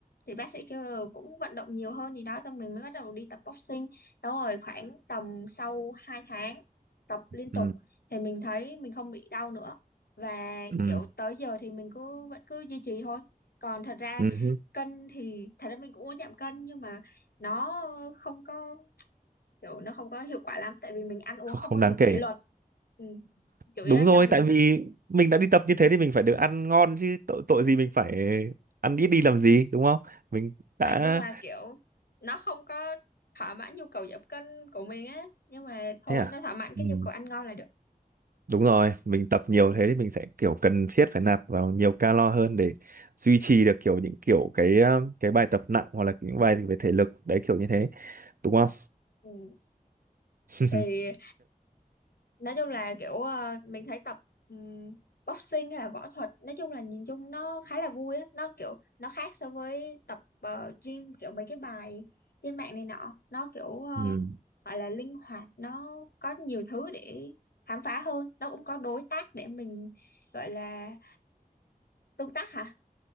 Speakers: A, on the left (about 80°); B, on the right (about 65°).
A: thì bác sĩ kêu là cũng vận động nhiều hơn gì đó xong mình mới bắt đầu đi tập boxing đó rồi khoảng tầm sau 2 tháng tập liên tục
B: Ừ.
A: thì mình thấy mình không bị đau nữa và
B: Ừ.
A: kiểu tới giờ thì mình cứ vẫn cứ duy trì thôi còn thật ra
B: Ừ.
A: cân thì thật ra mình cũng muốn giảm cân nhưng mà nó không có kiểu nó không có hiệu quả lắm tại vì mình ăn uống
B: Không,
A: không
B: không
A: có
B: đáng
A: được
B: kể
A: kỷ luật ừ. chủ
B: đúng
A: yếu là do
B: rồi
A: mình
B: tại vì mình đã đi tập như thế thì mình phải được ăn ngon chứ tội tội gì mình phải ăn ít đi làm gì đúng không mình đã
A: mà nhưng mà kiểu nó không có thỏa mãn nhu cầu giảm cân của mình á nhưng mà thôi
B: thế à
A: nó thỏa mãn cái
B: ừ.
A: nhu cầu ăn ngon là được
B: Đúng rồi, mình tập nhiều thế thì mình sẽ kiểu cần thiết phải nạp vào nhiều calo hơn để duy trì được kiểu những kiểu cái um, cái bài tập nặng hoặc là những bài về thể lực đấy kiểu như thế, đúng không?
A: ừ.
B: <laughs>
A: thì nói chung là kiểu ờ, mình thấy tập ừm, boxing hay là võ thuật nói chung là nhìn chung nó khá là vui á nó kiểu nó khác so với tập ờ, gym kiểu mấy cái bài trên mạng này nọ nó kiểu ờ,
B: ừ.
A: gọi là linh hoạt nó có nhiều thứ để khám phá hơn nó cũng có đối tác để mình gọi là tương tác hả